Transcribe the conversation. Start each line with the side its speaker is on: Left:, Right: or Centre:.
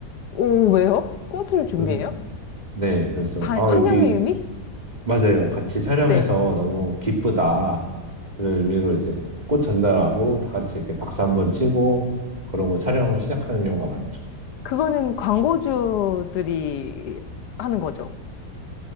Left: 오, 왜요? 꽃을 준비해요?
Right: 그- 네, 그래서
Left: 반,
Right: 아
Left: 환영의
Right: 여기
Left: 의미?
Right: 맞아요. 같이 촬영해서
Left: 네.
Right: 너무 기쁘다. 이런 의미로 이제 꽃 전달하고 다 같이 이렇게 박수 한번 치고 그러고 촬영을 시작하는 경우가 많죠.
Left: 그거는 광고주들이 하는 거죠.